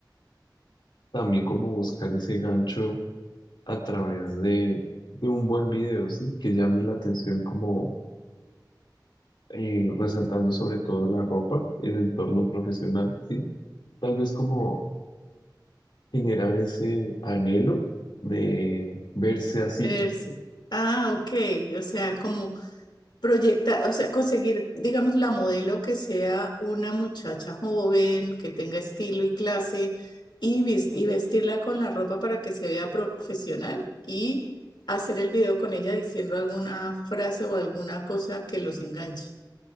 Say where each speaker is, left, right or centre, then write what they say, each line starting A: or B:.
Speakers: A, on the left (about 85°); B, on the left (about 70°).
A: también como buscar ese gancho a través de, de un buen video, ¿sí? Que llame la atención como eh, resaltando sobre todo la ropa, el entorno profesional, ¿sí? Tal vez como generar ese anhelo de verse así.
B: Verse. Ah, ok, o sea, como proyectar, o sea, conseguir, digamos, la modelo que sea una muchacha joven, que tenga estilo y clase, y, vis- y vestirla con la ropa para que se vea profesional y hacer el video con ella diciendo alguna frase o alguna cosa que los enganche.